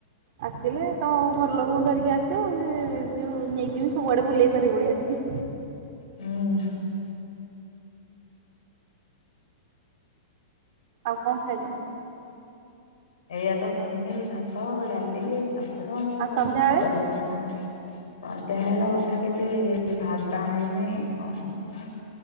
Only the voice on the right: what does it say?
ଆସିଲେ ତମ ଘର ଲୋକଙ୍କୁ ଧରିକି ଆସିବ, ସେ ଯୋଉ ନେଇଯିମି, ସବୁଆଡେ ବୁଲେଇ ଧରିକି ପଳେଇ ଆସିବି।
ଆଉ କଣ ଖାଇଲ?
ଆଉ ସନ୍ଧ୍ୟାବେଳେ